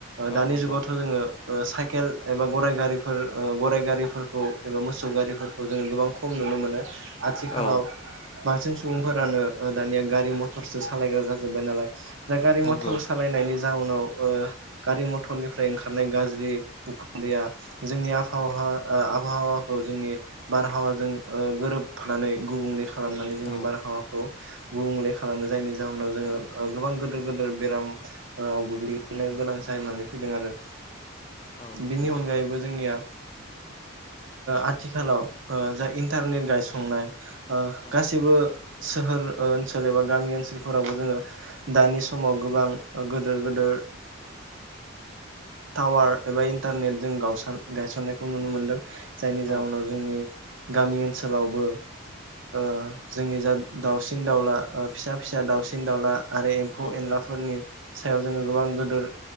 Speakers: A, on the left; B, on the right.
A: औ
B: दानि
A: नंगौ
B: जुगावथ' जोङो साइकेल एबा गाइ गारि गराइ गारिफोरखौ एबा मोसौ गारिफोरखौ जोङो गोबां खम नुनो मोनो आथिखालाव
A: औ
B: बांसिन सुबुंफोरानो दानिया गारि मथरसो सालायग्रा जाजोब्बाय नालाय दा गारि
A: नंगौ
B: मथर सालायनायनि जााहनाव गारि मथरनिफ्राय ओंखारनाय गाज्रि उखुन्दैया जोंनि आबहावा आबहावाखौ जोंनि बारहावाजों गोरोबफानानै गुबुंले खालामनानै जोंनि
A: औ
B: बारहावाखौ गुबुंले खालामो जायनि जाहोनाव जोङो गोबां गिदिर गिदेर बेरामव गोग्लैनो गोनां जायो होननानै फैदों आरो
A: औ नंगौ
B: बिनि अनगायैबो जोंनिया आथिखालाव जााय इन्टारनेट गायसंनाय
A: औ
B: गासैबो सोहोर ओनसोल एबा गामि ओनसोलफोरावबो जोङो दानि समाव गोबां गोदोर गोदोर टावार एबा इन्टारनेट जों गावा गायसननायखौ नुनो मोनदों जायनि
A: औ
B: जाहोनाव जोंनि गामि ओनसोलावबो जोंनि जा दाउसिन दाउला फिसा फिसा दाउसिन दाउला आरो एम्फौ
A: औ
B: एनलाफोरनि सायाव जोङो गोबां गोदोर